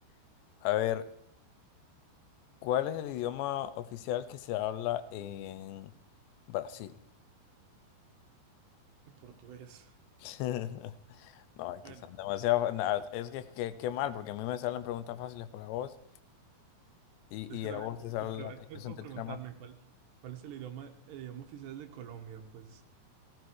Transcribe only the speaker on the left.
<laughs> a ver. ¿Cuál es el idioma oficial que se habla en Brasil?
<laughs> No, es
que son demasiado. na- es que, que, qué mal, porque a mí me salen preguntas fáciles para vos y,
y a
vos te sale
la aplicación,
te
tira más.